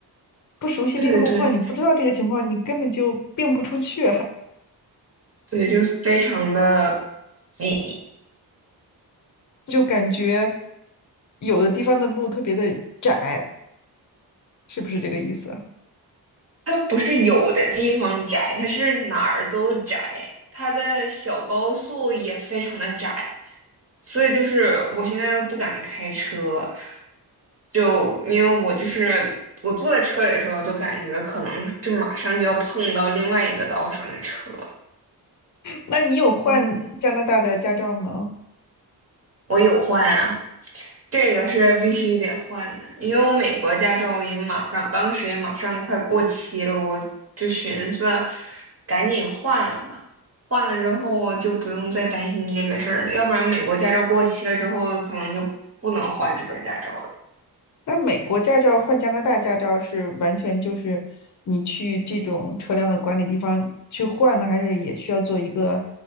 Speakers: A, on the left (about 50°); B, on the right (about 35°).
A: 不熟悉这个路况，
B: 对对对，
A: 你不知道这个情况，你根本就并不出去，
B: 对，就非常的挤。
A: <laughs> 就感觉有的地方的路特别的窄，是不是这个意思？
B: 它不是有的地方窄，它是哪儿都窄，它的小高速也非常的窄，所以就是我现在都不敢开车，就因为我就是我坐在车里的时候，都感觉可能就马上就要碰到另外一个道上的车。
A: 那你有换加拿大的驾照吗？
B: 嗯，我有换啊，这个是必须得换的，因为我美国驾照也马上，当时也马上快过期了，我就寻思赶紧换了吧。换了之后就不用再担心这个事儿了，要不然美国驾照过期了之后，可能就不能换这本驾照了。
A: 那美国驾照换加拿大驾照是完全就是你去这种车辆的管理地方去换呢，还是也需要做一个